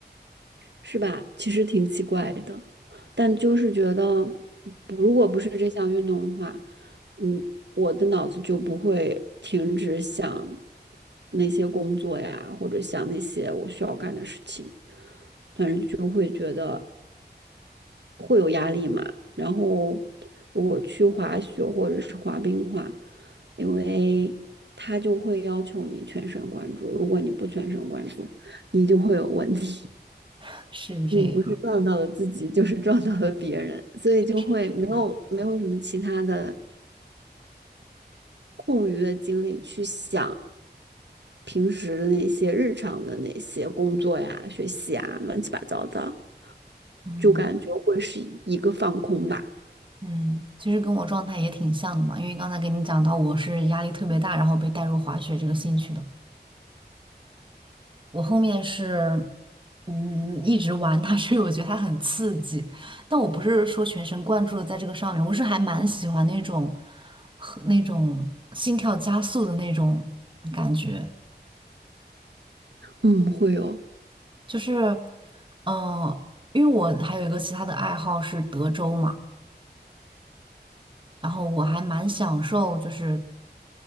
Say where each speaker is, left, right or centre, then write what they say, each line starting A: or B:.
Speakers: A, on the right (about 80°); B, on the right (about 25°).
A: 是吧？其实挺奇怪的，但就是觉得，不如果不是这项运动的话，嗯，我的脑子就不会停止想那些工作呀，或者想那些我需要干的事情。但是就会觉得会有压力嘛。然后如果去滑雪或者是滑冰的话，因为他就会要求你全神贯注，如果你不全神贯注，你就会有问题。
B: <laughs> 是这样，
A: 你不是撞到了自己，就是撞到了别人，所以就会没有没有什么其他的
B: 是这样。
A: 空余的精力去想平时的那些日常的那些工作呀、学习啊、乱七八糟的。
B: 嗯。
A: 就感觉会是一个放空吧。
B: 嗯，其实跟我状态也挺像的嘛，因为刚才给你讲到我是压力特别大，然后被带入滑雪这个兴趣的。我后面是，嗯，一直玩它，所以我觉得它很刺激，但我不是说全神贯注的在这个上面，我是还蛮喜欢那种和那种心跳加速的那种感觉，
A: 嗯，会有。
B: 就是，嗯、因为我还有一个其他的爱好是德州嘛，然后我还蛮享受就是